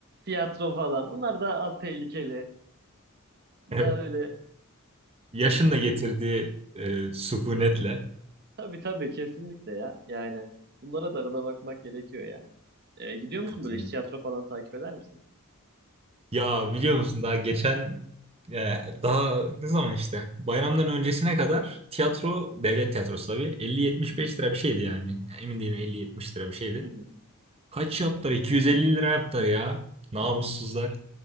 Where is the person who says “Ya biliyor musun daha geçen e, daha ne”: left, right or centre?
Right